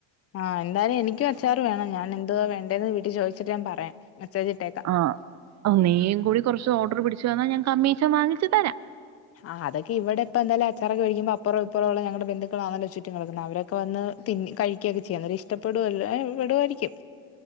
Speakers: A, on the left (about 35°); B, on the right (about 45°).
A: ആഹ് എന്തായാലും എനിക്കും അച്ചാറ് വേണം. ഞാൻ എന്തുവാ വേണ്ടേന്ന് വീട്ടി ചോദിച്ചിട്ട് ഞാൻ പറയാ മെസ്സേജ് ഇട്ടേ.
B: ആഹ് നീയും കൂടി കൊറച്ച് ഓർഡർ പിടിച്ചു തന്നാൽ ഞാൻ കമ്മീഷൻ വാങ്ങിച്ചു തരാം.
A: ആഹ് അതൊക്കെ ഇവിടെപ്പൊന്തായാലും അച്ചാറൊക്കെ വേടിക്കുംമ്പം അപ്പറോം ഇപ്പറുള്ള ഞങ്ങളുടെ ബന്ധുക്കളാണല്ലോ ചുറ്റും കെടക്കുന്നേ അവര്. അപ്പൊ വന്ന് തിന്ന കഴിക്കുകയൊക്കെ ചെയ്യും അന്നേരം ഇഷ്ടപ്പെടുവെല്ലോ ഏഹ് പെടുമായിരിക്കും.